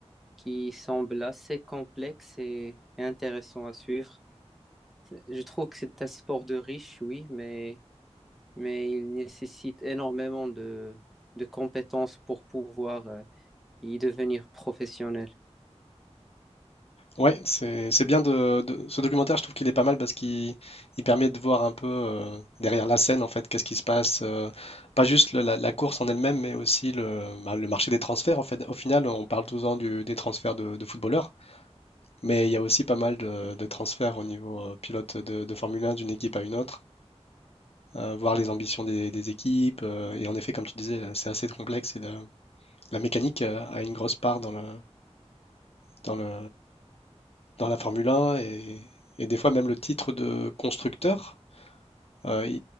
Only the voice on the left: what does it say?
Ouais, c'est c'est bien de, de- ce documentaire, je trouve qu'il est pas mal parce qu'il il permet de voir un peu euh, derrière la scène en fait, qu'est-ce qui se passe, euh, pas juste le- la, la course en elle-même, mais aussi le, bah, le marché des transferts en fait. Au final, on parle tout le temps du- des transferts de, de footballeurs, mais il y a aussi pas mal de, de transferts au niveau euh, pilote de, de Formule 1 d'une équipe à une autre, euh, voir les ambitions des, des équipes euh, et en effet, comme tu disais, là, c'est assez complexe et la, la mécanique euh, a une grosse part dans le dans le dans la Formule 1 et, et des fois même le titre de constructeur, euh, il,